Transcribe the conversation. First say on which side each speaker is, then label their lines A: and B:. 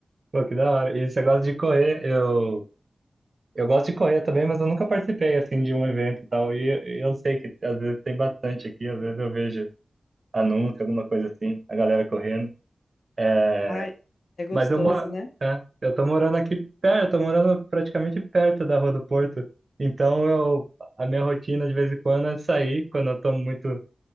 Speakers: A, on the right; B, on the left.
A: Pô, que da hora. E você gosta de correr? Eu, eu gosto de correr também, mas eu nunca participei, assim, de um evento e tal. E eu eu sei que às vezes tem bastante aqui, às vezes eu vejo. anúncio, alguma coisa assim, a galera correndo. É,
B: Ai, é gostoso,
A: mas eu, moro,
B: né?
A: é, eu tô morando aqui perto, tô morando praticamente perto da Rua do Porto. Então eu, a minha rotina de vez em quando é sair, quando eu tô muito